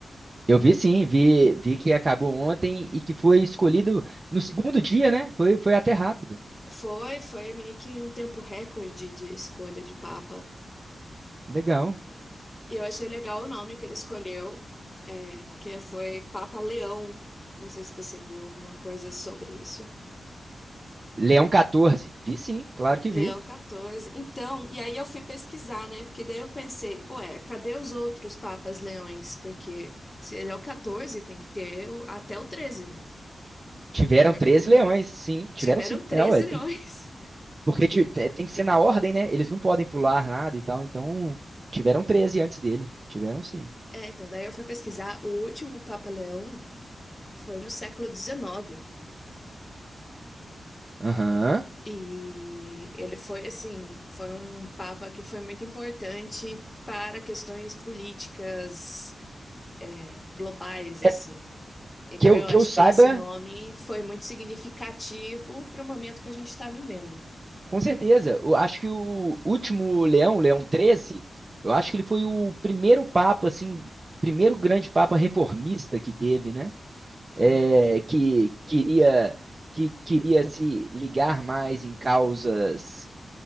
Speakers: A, on the right; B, on the left.
A: Eu vi sim, vi, vi que acabou ontem e que foi escolhido no segundo dia, né? Foi, foi até rápido.
B: Foi, foi meio que um tempo recorde de escolha de Papa.
A: Legal.
B: E eu achei legal o nome que ele escolheu, é, que foi Papa Leão. Não sei se você viu alguma coisa sobre isso.
A: Leão 14. Vi sim, claro que
B: Leão
A: vi.
B: 14. Então, e aí eu fui pesquisar, né? Porque daí eu pensei, ué, cadê os outros papas leões? Porque se ele é o 14, tem que ter o- até o 13, né?
A: Tiveram
B: Concorda
A: 13
B: comigo?
A: leões,
B: <laughs>
A: sim. Tiveram
B: Tiveram
A: sim.
B: 13
A: É, ué, tem-
B: leões.
A: porque ti- te- tem que ser na ordem, né? Eles não podem pular nada e tal. Então, tiveram 13 antes dele. Tiveram sim.
B: É, então, daí eu fui pesquisar. O último Papa Leão foi no século XIX.
A: Aham.
B: E ele foi, assim, foi um papa que foi muito importante para questões políticas, é, globais,
A: É,
B: assim. Então,
A: que eu,
B: eu
A: que
B: acho
A: eu saiba,
B: que esse nome foi muito significativo para o momento que a gente está vivendo.
A: Com certeza. Eu acho que o último Leão, Leão XIII, eu acho que ele foi o primeiro papa, assim, primeiro grande papa reformista que teve, né?
B: Foi.
A: É, que queria que queria se ligar mais em causas